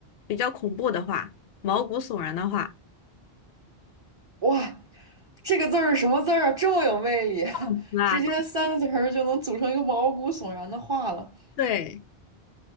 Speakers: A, on the left; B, on the right.
A: 比较恐怖的话，毛骨悚然的话。
B: 哇，这个字儿是什么字儿啊？这么有魅力，
A: 啊，
B: <laughs> 直接三个字儿就能组成一个毛骨悚然的话了。
A: 对，